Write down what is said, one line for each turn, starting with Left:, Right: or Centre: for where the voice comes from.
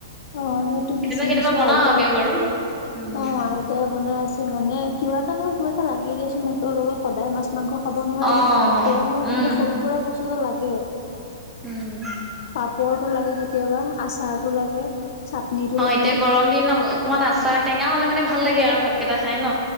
Left: অ সেইটো
Centre: কেতিয়াবা
Left: পিচি
Centre: কেতিয়াবা
Left: দিছো
Centre: বনাও
Left: আইতাই
Centre: আমিও বাৰু উম
Left: অ আইতাই বনাই আছে মানে কিবা এটা নহয় কিবা এটা লাগি দিয়াচোন ভাতৰ লগত সদায় মাছ মাংস খাব নোৱাৰি
Centre: অ
Left: তেওঁ
Centre: উম
Left: এনেকৈ সৰু সুৰা বস্তু এটা লাগে
Centre: উম
Left: পাপৰটো লাগে কেতিয়াবা আচাৰটো লাগে। চাটনিটো
Centre: অ
Left: লাগে
Centre: এতিয়া গৰম দিন অকমান আচাৰ টেঙা হলে মানে ভাল লাগে আৰু ভাতকেইটা খাই ন।